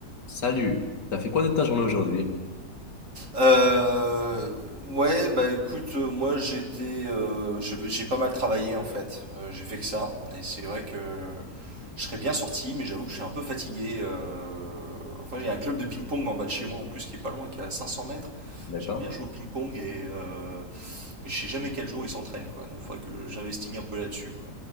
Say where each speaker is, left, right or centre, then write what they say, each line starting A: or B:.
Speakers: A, on the left; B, on the right.
A: Salut, t'as fait quoi de ta journée aujourd'hui?
B: Euh, ouais, bah écoute, euh, moi j'étais, euh, j'ai j'ai pas mal travaillé en fait. Euh, j'ai fait que ça, et c'est vrai que je serais bien sorti, mais j'avoue que je suis un peu fatigué. euh, Enfin, il y a un club de ping-pong en bas de chez moi en plus qui est pas loin, qui est à 500 mètres.
A: D'accord.
B: J'aime bien jouer au ping-pong et euh, mais je sais jamais quel jour ils s'entraînent quoi. Donc, faudrait que j'investigue un peu là-dessus quoi.